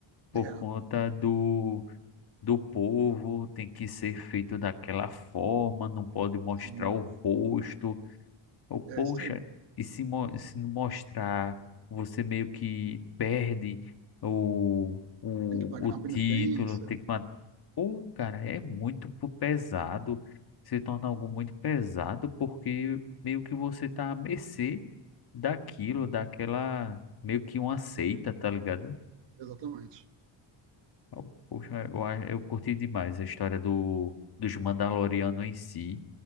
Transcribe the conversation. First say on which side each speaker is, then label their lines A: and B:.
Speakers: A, on the left; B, on the right.
A: por
B: é,
A: conta do, do povo, tem que ser feito daquela forma, não pode mostrar
B: sim,
A: o rosto ou, poxa,
B: é isso aí.
A: e se, mo- se não mostrar, você meio que perde o, o,
B: Tem que pagar
A: o
B: uma penitência,
A: título, tem que matar. Ou, cara, é muito po- pesado, se torna algo muito pesado, porque meio que você tá à mercê daquilo, daquela, meio que uma seita, tá ligado?
B: exatamente.
A: Eu- Poxa, eu, a- eu curti demais a história do, dos Mandalorianos em si.